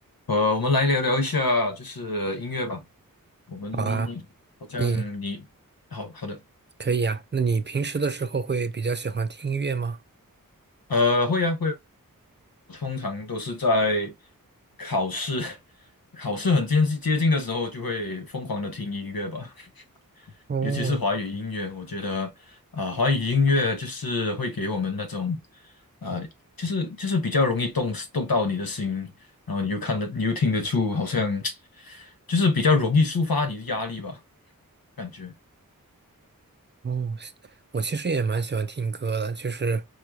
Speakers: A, on the left; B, on the right.
A: 呃，我们来聊聊一下，就是音乐吧。我们
B: 好啊，
A: 好像你好好的，
B: 你可以啊。那你平时的时候会比较喜欢听音乐吗？
A: 呃，会啊会啊通常都是在考试 <laughs>，考试很接近接近的时候，就会疯狂的听音乐吧。<laughs>
B: 哦
A: 尤其是华语音乐，我觉得啊、华语音乐就是会给我们那种啊、就是就是比较容易动动到你的心，然后你又看得，你又听得出，好像 <tsk> 就是比较容易抒发你的压力吧，感觉。
B: 哦，我其实也蛮喜欢听歌的，就是，